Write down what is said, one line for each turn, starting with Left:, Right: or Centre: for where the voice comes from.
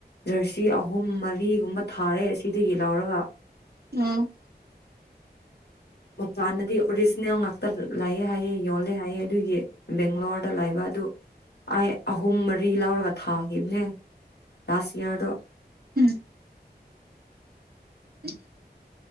Left: ꯖꯔꯁꯤ ꯑꯍꯨꯝ ꯃꯔꯤ ꯎꯃ ꯊꯥꯔꯦ ꯑꯁꯤ ꯑꯗꯨꯒꯤ ꯂꯧꯔꯒ
Right: ꯑ
Left: ꯃꯄꯥꯟꯗꯗꯤ ꯑꯣꯔꯤꯖꯤꯅꯦꯜ ꯉꯥꯛꯇ ꯂꯥꯛꯑꯦ ꯍꯥꯏꯌꯦꯦ ꯌꯣꯜꯂꯦ ꯍꯥꯏꯑꯦ ꯑꯗꯨꯒꯤ ꯕꯦꯡꯒ꯭ꯂꯣꯔꯗ ꯂꯥꯛꯕ ꯑꯗꯨ ꯑꯩ ꯑꯍꯨꯝ ꯃꯔꯤ ꯂꯧꯔꯒ ꯊꯥꯈꯤꯕꯅꯦ ꯂꯥꯁ ꯏꯌꯥꯔꯗꯣ
Right: ꯎꯝ ꯎꯝ